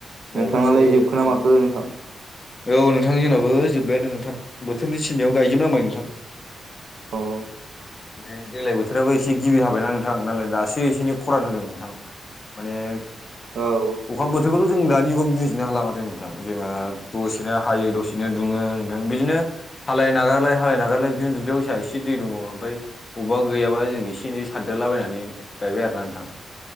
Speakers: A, on the left; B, on the right.
A: मावबासो
B: नोंथाङालाय जोबखोना
A: एसेनि
B: माखो नोंथां
A: औ नोंथां जोंनाबो जोब्बायानो नोंथां बोथोरनि थिननायाव गायजोबनांबाय नोंथां
B: औ
A: औ माने देग्लाय बोथोराबो एसे गिबि हाबायना नोंथां नालाय दासो एसे एनै खरान होदों नोंथां माने
B: औ।
A: अखा बोथोरखौथ' जों दानि जुगाव बुजिनो हाला माथों नोंथां जोंहा दसेनो हायो दसेनो दुङो बिदिनो हालाय नागारलाय हालाय नागारलाय बिदिनो दुब्लियाव फैसा एसे औ ओमफ्राय बबेबा गैयाबा जों एसे एनै सारदेरलाबायनानै गायबाय आरोना नोंथां